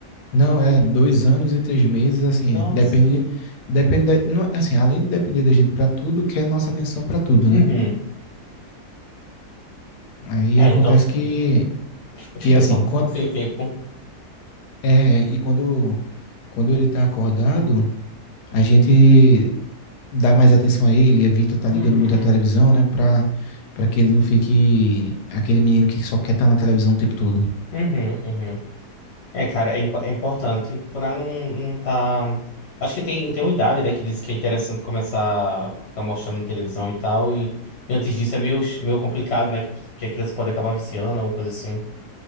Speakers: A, on the left; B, on the left.
A: Não, é dois anos e três meses, assim,
B: Nossa.
A: é, depende, depende, da- não, assim, além de depender da gente para tudo, quer nossa atenção para tudo,
B: Uhum.
A: né? Aí
B: É,
A: acontece
B: então <laughs>
A: que, que
B: fica
A: assim,
B: só <laughs>
A: quando,
B: sem tempo.
A: é, é, e quando, quando ele tá acordado, a gente dá mais atenção a ele, evita tá
B: Uhum.
A: ligando muito a televisão, né? Pra, pra que ele não fique aquele menino que só quer estar na televisão o tempo todo.
B: Uhum, uhum. É, cara, é, impo- é importante pra não, não tá. Acho que tem, tem uma idade, né, que diz que é interessante começar a ficar mostrando na televisão e tal, e, e antes disso é meio, meio complicado, né, que que a criança pode acabar viciando, alguma coisa assim.